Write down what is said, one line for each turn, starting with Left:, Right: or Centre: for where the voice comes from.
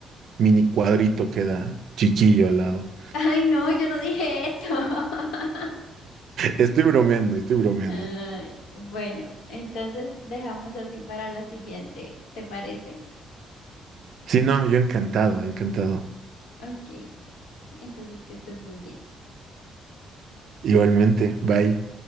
Right: mini cuadrito queda chiquillo al lado.
Left: Ay, no, yo no dije eso. <laughs>
Right: Estoy bromeando, estoy bromeando.
Left: Ay, bueno, entonces dejamos así para la siguiente, ¿te parece?
Right: Sí, no, yo encantado, encantado.
Left: Ok, entonces que estés muy bien.
Right: Igualmente, bye.